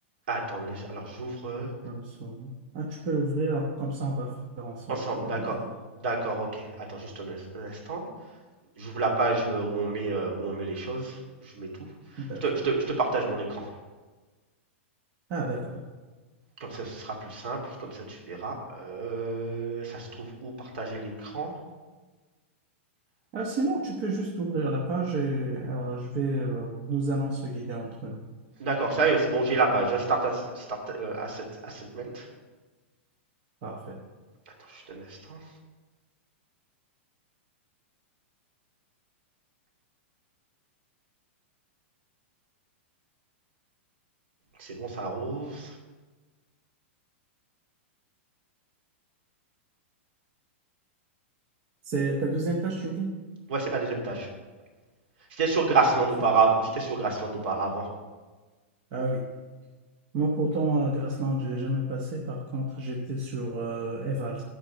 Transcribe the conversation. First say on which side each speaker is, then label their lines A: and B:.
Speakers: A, on the right; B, on the right.
A: Attends, laisse- alors j'ouvre euh,
B: Comme ça. Ah, tu peux l'ouvrir, comme ça on va le faire ensemble
A: ensemble.
B: pour
A: D'accord.
B: le début.
A: D'accord, ok. Attends juste un, ins- un instant. J'ouvre la page euh, où on met, euh, où on met les choses. Je mets tout.
B: D'accord.
A: Je te, je te- je te partage mon écran.
B: Ah, d'accord.
A: Comme ça, ce sera plus simple. Comme ça, tu verras. Euh, ça se trouve où partager l'écran?
B: Ah, sinon, tu peux juste ouvrir la page et euh, je vais, euh, nous allons se guider entre nous.
A: D'accord, sérieux, c'est bon, j'ai la page. hein. Start, ass- start euh, asset, assetment.
B: Parfait.
A: Attends juste un instant. C'est bon, ça rose.
B: C'est ta deuxième tâche, tu me dis?
A: Ouais, c'est ma deuxième tâche. J'étais sur Grassland
B: Parfait.
A: auparavant. J'étais sur Grassland auparavant.
B: Ah oui. Moi, pourtant, à Grassland, je l'ai jamais passé. Par contre, j'étais sur euh, Evals.